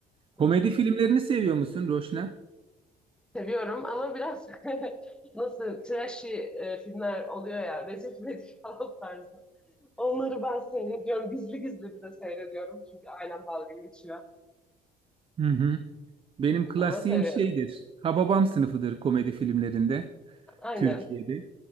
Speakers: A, on the right; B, in the centre.
A: Komedi
B: Hı hı.
A: filmlerini seviyor musun Roşna?
B: Seviyorum ama biraz <laughs> nasıl trashy e, filmler oluyor ya Recep İvedik <laughs> falan tarzı. Onları ben seyrediyorum. Gizli gizli bir de seyrediyorum. Çünkü ailem dalga geçiyor.
A: Hı hı. Benim klasiğim
B: Ama seviyorum.
A: şeydir. Hababam sınıfıdır komedi filmlerinde
B: Aynen.
A: Türkiye'de.